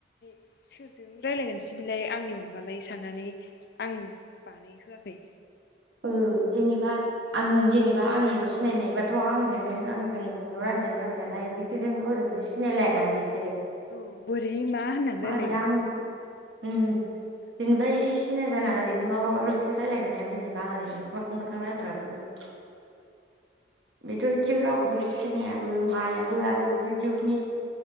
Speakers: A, on the left (about 55°); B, on the right (about 80°).
A: <inaudible> रायलायगोनसै बिलाय आंनि अनगालाय साननानै आं बानाय होआखै।
B: ओ जेनेबा आं जेनेबा आंल'सो। नायनायबाथ' आंजोंनो आंजोंल' रायलायनाय जाबायनालाय बिसोरजों रावजों बो सिनायलायाना
A: उम
B: बिसोरो
A: औ बोरै मा होननानै
B: मारै
A: रायलायगोन
B: आं उम
A: जोंना
B: जेनेबा
A: खोथा
B: एसे सिना
A: गैया बाथ्रा
B: जाना
A: गैया
B: ओरैनो माबाबाल'सो रायलायगोन दा जेनेबा ओरैनो। <unintelligible>
A: उम
B: रायलायग्राफोर बेथ' इथिबो रावखौबो सिनायाबो मायाबो आनो बिदियावखि